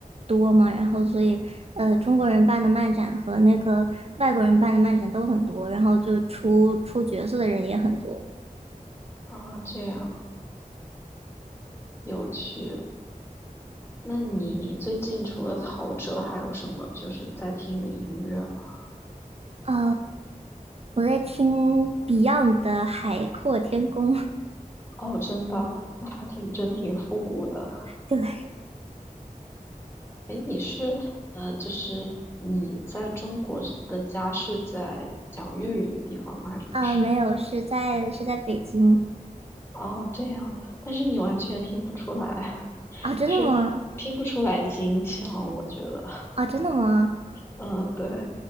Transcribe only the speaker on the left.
啊，这样有趣。那你最近除了陶喆，还有什么就是在听的音乐吗？
哦，真的，那还挺真挺复古的。
诶，你是呃，就是你在中国的家是在讲粤语的地方吗？还是不是？
哦，这样，但是你完全听不出来，<laughs>
就是听不出来京腔，我觉得，
嗯，对，